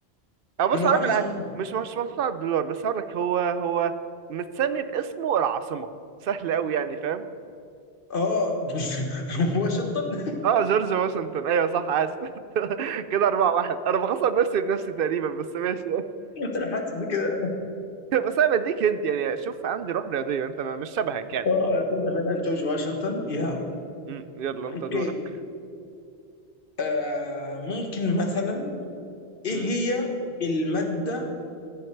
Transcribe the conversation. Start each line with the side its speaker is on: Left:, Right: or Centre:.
Right: أو بص
Left: انا ما
Right: هقولك
Left: اعرفش
Right: على
Left: اسمه
Right: حاجة
Left: ايه
Right: مش مش محطوط على الدولار بس هقولك هو هو متسمي باسمه العاصمة سهل أوي يعني فاهم
Left: اه <laughs> واشنطن <laughs>
Right: اه جورج واشنطن ايوه صح اسف <laughs> كده أربعة واحد أنا بخسر نفسي بنفسي تقريبا بس ماشي
Left: انا حاسس بكده
Right: <laughs> بس أنا بديك أنت يعني شوف عندي روح رياضية أنت ما- مش شبهك يعني
Left: اه تصدق فعلا جورج واشنطن يا
Right: مم، يلا أنت
Left: اوكي
Right: دورك
Left: آه ممكن مثلا ايه
Right: مم.
Left: هي الماده